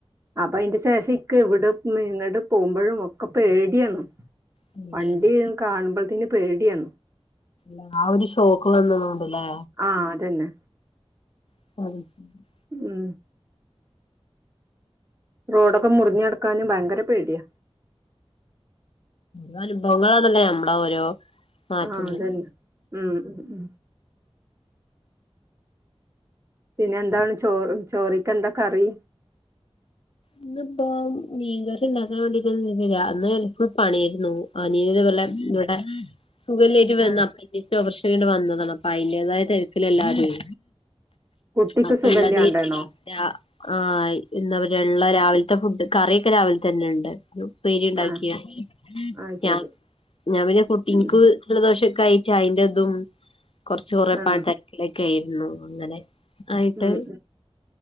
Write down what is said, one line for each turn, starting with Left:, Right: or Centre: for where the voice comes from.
Right: അപ്പയ്ന്റെ ശേഷിക്കവ്ട് നിന്നട് തോമ്പഴും ഒക്കെ പേട്യാണ്
Left: പേടിയാണ്
Right: വണ്ടി കാണുമ്പൾത്തിന് പേടിയാ
Left: ലാ വൊര്ഷോക്ക് വന്നത് കൊണ്ട്ല്ലേ
Right: ആഹ് അതന്നെ
Left: <unintelligible>
Right: ഉം റോഡൊക്കെ മുർഞ്ഞടക്കാനും ഭയങ്കര പേട്യാ
Left: നാലും പൗങ്ങളാണല്ലേ നമ്മള ഓരോ മാറ്റുന്നത്
Right: ആഹ് അതന്നെ ഉം ഉം ഉം പിന്നെ എന്താണ് ചോറ് ചോറിക്കെന്താ കറി
Left: ഇന്ന്പ്പോ മീൻകറിണ്ടാക്കാവാണ്ടിട്ട് നിന്നില അന്ന്പ്പ പണ്യേര്ന്നു ആനീന് വല്ല വിടെ സുഖല്ലയ്ട്ട് വന്ന
Right: ആഹ്
Left: അപ്പ തെക്ക് <unintelligible> വന്നതാണ് അപ്പൊ അയിന്റെതായ ടെൻഷനാ എല്ലാരും
Right: കുട്ടിക്ക്
Left: അപ്പള്ളതേര്ക്കുലേ
Right: സുഖല്ലാണ്ടാണോ
Left: രാ ആഹ് എന്താപ്പ റ്യാ ള അഹ് രാവിൽത്തെ ഫുഡ് കറിയൊക്കെ രാവിൽതന്നെണ്ട് ഉപ്പേരിണ്ടാക്കിയാ
Right: ആഹ് ആഹ് ശരി
Left: ഞാ ഞാപിന്നെ കുട്ടിൻക്ക്
Right: ഉം
Left: ജലദോഷക്കൊയ്റ്റ് അയ്ന്റെതും കൊർച്ച് കൊറേ
Right: ആഹ്
Left: പണി ത്തര്ക്കിലെ ക്ക്യേര്ന്നു അങ്ങനെ ആയിട്ട്
Right: ഉം